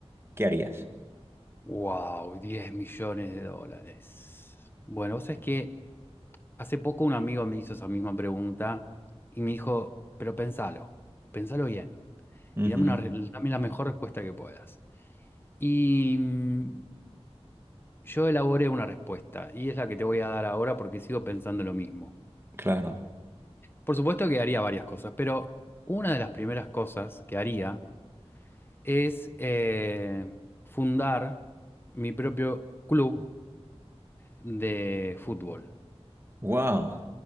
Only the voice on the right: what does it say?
¿Qué harías?
Ujú,
claro.
Wow.